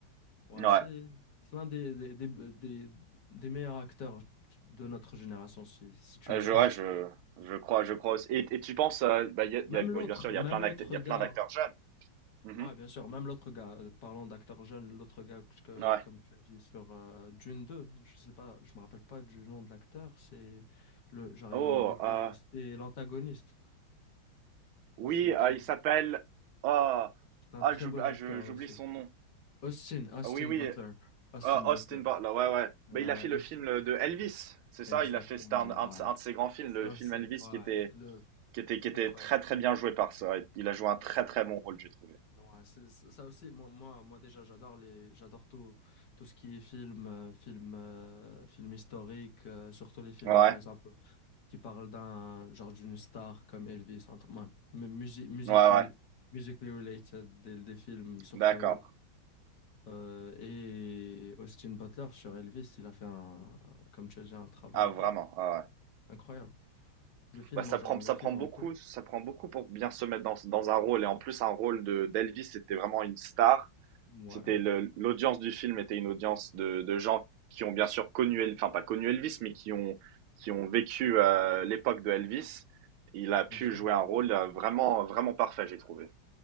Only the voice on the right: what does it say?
Ouais,
euh,
je, ouais, je, je crois, je crois aussi. Et, et tu penses, euh, bah, il y a,
il y a- bon,
bien sûr, il y
a plein
d'acteurs, il y
a plein d'acteurs jeunes. Mhm.
Ouais.
Oh,
euh,
Oui,
euh, il s'appelle. Ah,
ah,
j'oublie
ah,
je- j'oublie
son nom.
Ah, oui, oui.
Ah,
Austin Butler. Ouais, ouais.
Bah, il a fait
le film le- de Elvis. C'est ça,
il a fait. C'était un, un
de ses un de ses grands films,
le
film Elvis,
qui était,
qui était, qui
était
très, très bien joué par ça. Il a joué un très, très bon rôle, j'ai trouvé.
Ouais,
ouais, ouais. ouais.
D'accord.
Ah, vraiment.
Ah, ouais.
Bah, ça
prend,
ça
prend beaucoup,
ça prend beaucoup pour bien se mettre dans, dans un rôle. Et en plus, un rôle de d'Elvis, c'était vraiment une star.
C'était le- l'audience du film était une audience de, de gens qui ont bien sûr connu, El- enfin pas connu Elvis, mais qui ont qui ont vécu euh, l'époque de Elvis. Il a pu
jouer un rôle euh, vraiment vraiment parfait, j'ai trouvé.